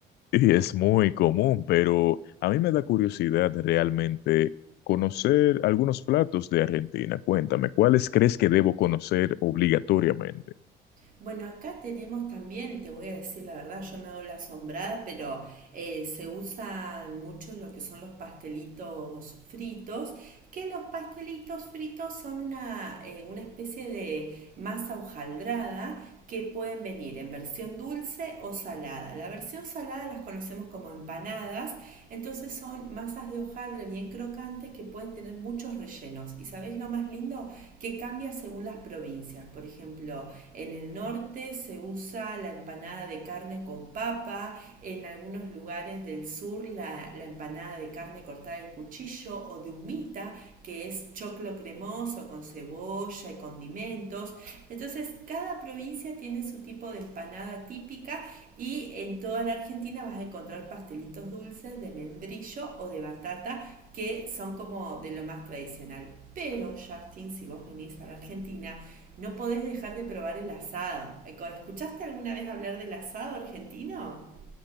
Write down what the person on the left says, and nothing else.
Y es muy común, pero a mí me da curiosidad realmente conocer algunos platos de Argentina. Cuéntame, ¿cuáles crees que debo conocer obligatoriamente?